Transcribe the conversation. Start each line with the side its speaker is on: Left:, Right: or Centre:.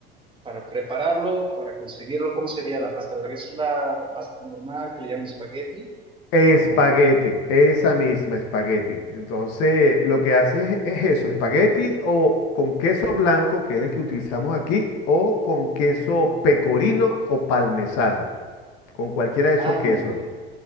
Right: para prepararlo, para conseguirlo, ¿cómo sería la pasta larga? ¿Es la pasta normal que le llaman espagueti?
Left: Espagueti,
Right: O...
Left: esa misma espagueti. Entonces, lo que haces es eso, espagueti o con queso blanco, que es el que utilizamos aquí, o con queso pecorino o parmesano, con cualquiera de
Right: Ah,
Left: esos quesos.
Right: muy bien,